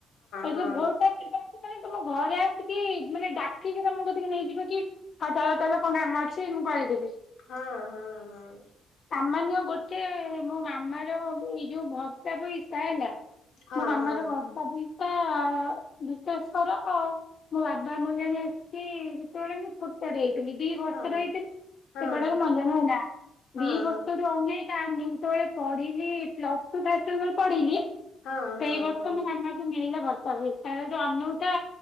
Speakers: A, on the left (about 50°); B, on the left (about 85°).
A: ଆଉ
B: ହଁ
A: ଯେ ଭଲପାଏନି <inaudible> ମାନେ ତମ ଘରେ ଆସିକି, ମାନେ ଡାକିକି ତମ କତିକି ନେଇଯିବ। କି ହଉ, ଚାଲ ଚାଲ କଣ କାମ ଅଛି ମୁଁ କରେଇଦେବି।
B: ହଁ ହଁ ହଁ।
A: ସାମାନ୍ୟ ଗୋଟେ ମୋ ମାମାର ବି ଏଇ ଯୋଉ ଭତ୍ତା ପଇସା ହେଲା।
B: ହଁ
A: ମୋ ମାମା
B: ହଁ
A: ର ଭତ୍ତା ପଇସା-ଆ ଶେଷର, ଆଉ ମୋ ବାବା ମୁଁ ଜାଣି ଆସିଛି, ଯେତେବେଳେ ମୁଁ ଛୋ ପଡ଼ି ଯାଇଥିଲି ଦି ବର୍ଷ
B: ହଁ
A: ର ହେଇଥିନି।
B: ହଁ ହଁ
A: ଏ ବଡର ମଙ୍ଗନ ହେଲା
B: ହଁ
A: ଦି ବର୍ଷ ରଉନି ତା ମୁନ୍ତବେଳେ ପଢିଲି ପ୍ଲସ ଟୁ ଫାଷ୍ଟଇଅର ଯେତେବେଳେ ପଢିଲି
B: ହଁ ହଁ ହଁ
A: ସେଇ ବର୍ଷ
B: ହଁ ହଁ
A: ମୋ ମାମା କୁ ମିଳିଲା ଭର୍ତ୍ତା ବି ପାଇଲାଠୁ ଅନଉଥା